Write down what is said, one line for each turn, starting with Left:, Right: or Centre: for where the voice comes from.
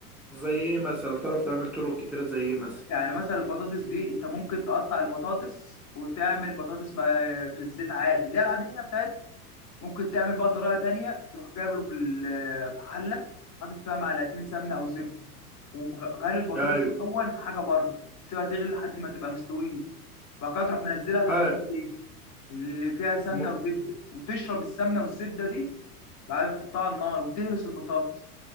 Centre: زي ايه مثلا تعرف تعمل طرق كتيره زي ايه مثلا
Left: يعني مثلا البطاطس دي انت ممكن تقطع البطاطس وتعمل بطاطس ما- في الزيت عادي اللي هي العاديه بتاعت ممكن تعمل بقى طريقه تانية تروح جايب ال- حله حاطط فيها معلقتين سمنه او زبده ومغلي البطاطس
Centre: ايوه
Left: الاول في حاجه بره سيبها تغلي لحد ما تبقى مستويه وبعد كده تروح منزلها في
Centre: ايوه
Left: الحله دي اللي فيها سمنه
Centre: م-
Left: وزبده وتشرب السمنه والزبده دي بعدين تحطها على النار وتهرس البطاطس